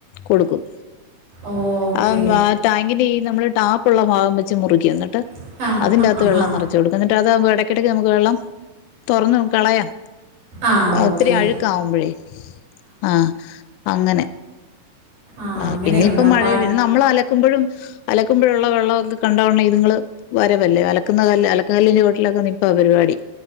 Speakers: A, on the left; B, on the right.
A: കൊടുക്കും
B: ഓക്കെ
A: ആ ടാങ്കിന്റെ ഈ നമ്മള് നടുക്കുള്ള ഭാഗം വെച്ച് മുറിക്കും ഇന്നെട്ട്
B: ആ ആ
A: അതിന്റകത്ത് വെള്ളം
B: ഹാ
A: നിറച്ച് കൊടുക്കും എന്നി്ട്ടതാവുമ്പം എടക്കിടയ്ക്ക് നമ്മക്ക് വെള്ളം തൊറന്ന് കളയാം
B: ആ
A: ഒത്തിരി
B: ഓക്കെ
A: അഴുക്കാവുമ്പഴേ ആഹ് അങ്ങനെ
B: ആഹ്
A: ആ
B: അങ്ങനെയുള്ളൂ
A: പിന്നെയിപ്പം
B: അപ്പ
A: മഴെ നമ്മളലക്കുമ്പഴും അലക്കുമ്പഴുള്ള വെള്ളവൊക്കെ കണ്ടവുടനെ ഇത്ങ്ങള് വരവല്ലേ അലക്കുന്ന കല്ല് അലക്ക് കല്ലിന്റെ ചോട്ടിലൊക്കെ നിപ്പാ പരിപാടി